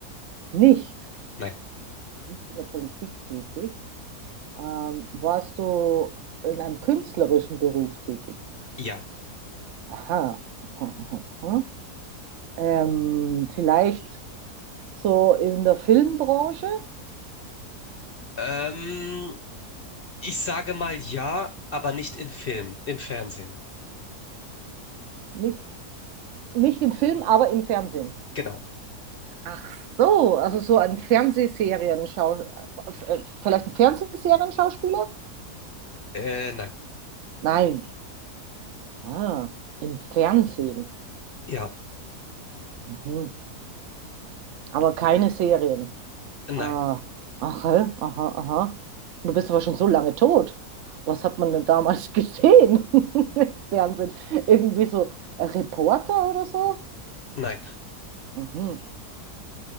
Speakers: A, on the right; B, on the left.
A: Nicht.
B: nein,
A: Nicht in der Politik tätig. Ähm, warst du in einem künstlerischen Beruf tätig?
B: ja.
A: Aha, aha, aha, aha. Ähm, vielleicht so in der Filmbranche?
B: Ähm, ich sage mal ja, aber nicht in Filmen, im Fernsehen.
A: Nicht Nicht im Film, aber im Fernsehen.
B: Genau.
A: Ach so, also so ein Fernsehserien-Schauspieler? vielleicht ein Fernsehserienschauspieler?
B: Äh, nein.
A: Nein. Ah, im Fernsehen.
B: Ja,
A: Mhm. Aber keine Serien.
B: nein,
A: Ah, aha, aha, aha. Du bist aber schon so lange tot. Was hat man denn damals gesehen <laughs> im Fernsehen? Irgendwie so Reporter oder so?
B: nein.
A: Mhm.